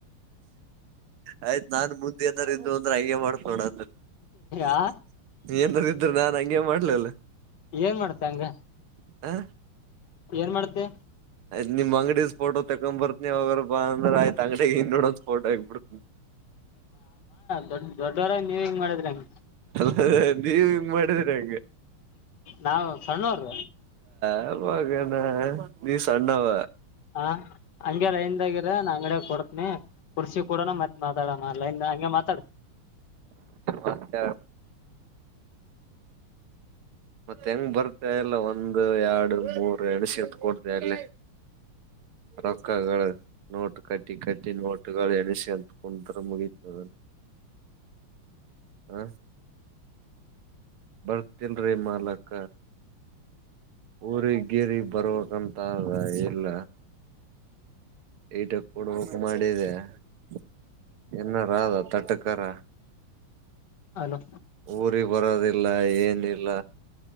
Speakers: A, on the right; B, on the left.
A: ಆಯ್ತ್ ನಾನು ಮುಂದೆ ಏನಾರ ಇದು ಒಂದು ಹಂಗೆ ಮಾಡುತ್ತ ನೋಡ್ ಅದು
B: ಆ
A: ಏನರ ಇದ್ರನಾ ಹಂಗೆ ಮಾಡ್ಲಲ್ಲ
B: ಏನ್ ಮಾಡ್ತ ಹಂಗ
A: ಹ
B: ಏನ್ ಮಾಡತ್ತೆ
A: ಆಯ್ತ್ ನಿಮ್ ಅಂಗಡಿದ್ ಫೋಟೋ ತಕೊಂಡ್ ಬರ್ತನಿ ಅವಗರ ಬಾ ಅಂದ್ರ ಆಯ್ತ ಅಂಗಡಿಯಾಗಿಂದ ನೋಡೋಂದ್ ಫೋಟೋ ಆಗಬಿಡ್ತನಿ
B: ದೊಡ ದೊಡ್ಡ ಆಗಿ ನೀವ್ ಹಿಂಗ್ ಮಾಡಿದ್ರ ಹೆಂಗೆ
A: ಅದ ನೀವ್ ಹಿಂಗ ಮಾಡಿದ್ರಿ ಹಂಗ
B: ನಾಾವ ಸಣ್ಣವರು
A: ಯಾರ ಮಾಡನ ನೀ ಸಣ್ಣಾವ
B: ಹಾ ಹಂಗೆ ಲೈನ್ದಾಗರ ನಾ ಅಂಗಡಡೆ ಕೊಡ್ ಕುಡ್ಸಿ ಕೂಡನ ಮತ್ ಮಾತಾಡಮ್ಮ ಲೈನ್ ಹಂಗಗೆ ಮಾತಾಡ
A: ಮತ್ತ ಮತ್ತೆ ಹೆಂಗ್ ಬರ್ತ ಎಲ್ಲ ಒಂದು ಎರಡು ಮೂರ್ ಎಂಡಶಿತ್ ಕೊಡ್ತ ಅಲ್ಲಿ ರೊಕ್ಕಾಗ ನೋಟ್ ಕಟ್ಟಿ ಕಟ್ಟಿ ನೋಟಗಳು ಎಳಿಸಿಿ ಅಂತಕೊಂಡ ಮುಗತವನು ಹ ಬರ್ ಹಟಲ್ ರರಿ ಮಾಲಕ ಊರ ಗೇರಿ ಬರ್ಬೇಕಂತ ಇಲ್ಲ ಈಟ ಕೊಡಕ್ ಮಾಡಿದೆ ಹಾ ನ ರಧ ತಟಕರ
B: ಅಲೋ
A: ಊರಿ ಬರೋದಿಲ್ಲ ಏನಿಲ್ಲ